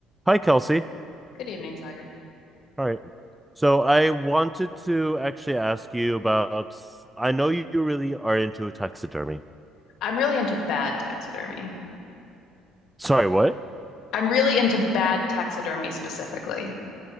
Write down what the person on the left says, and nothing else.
Good evening, Tiger.
I'm really into bad taxidermy.
I'm really into bad taxidermy specifically.